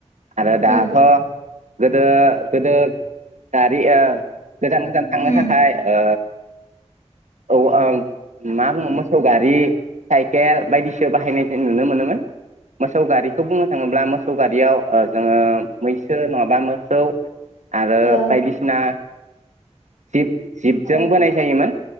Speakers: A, on the right; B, on the left.
A: आरो दाथ'
B: नंगौ
A: गोदो गोदो गारि ओ गोजान गोजान
B: उम
A: थांनो थाखाय ओ औ ओं मा बुंङोमोन? मोसौगारि साइकेल बायदिसो बाहायनाय जों नुनो मोनोमोन। मोसौ गारिखौ बुंनो थांङोब्ला मोसौ गारियाव ओ जोंङो मैसो नंङाबा मोसौ आरो
B: ओ
A: बायदिसिना जिब जिबजों
B: ओ
A: बोनाय जायोमोन